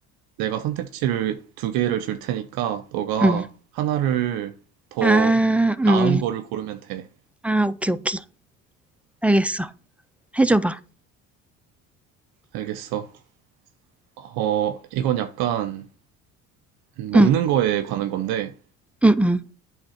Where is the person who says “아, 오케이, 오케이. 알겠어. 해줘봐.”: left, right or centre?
Centre